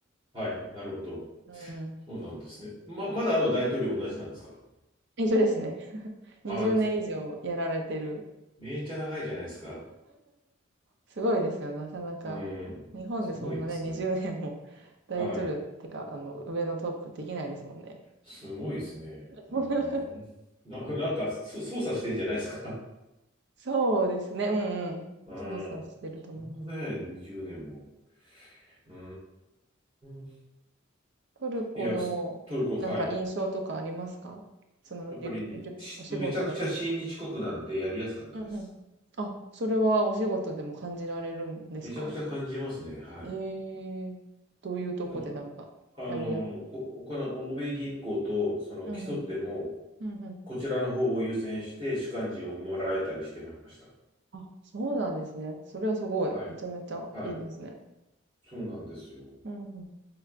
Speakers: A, on the right (about 25°); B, on the right (about 60°).
A: はいなるほど。
B: うん。
A: そうなんですね。ま、まだあの大統領同じなんですか
B: 一緒ですね。20年以上やられてる。
A: あ、めっちゃ長いじゃないですか。
B: すごいですよね、なかなか。
A: うん。
B: 日本でそんなね、
A: すごいですね。
B: 20年も <laughs> 大統領ってか、
A: はい。
B: あの、上のトップできないですもんね。
A: すごいですね。
B: <laughs>
A: うん。な、なんか、そ、操作してんじゃないですか。
B: そうですね、うんうん。
A: うん。
B: 操作してると思います。
A: そんなね、20年も。うーん。
B: トルコの、
A: いや、すトルコ、はい。
B: なんか印象とかありますかその、
A: やっぱりし、
B: りゅ、りゅ、お仕事だと思う。
A: めちゃくちゃ親日国なんでやりやすかったです。
B: うんうん。あ、それはお仕事でも感じられるんですか
A: めちゃくちゃ感じますね。はい。
B: ええー、どういうとこでなんか、
A: なんか、あの、
B: やりや、
A: こ、この欧米銀行とその競っても、
B: うんうん、うんうん、
A: こちらの方を優先して主幹事をもらえたりしてました。
B: あ、そうなんですね。それはすごい。
A: はい。
B: めちゃめちゃいいですね。
A: はい。そうなんですよ。
B: うんうん。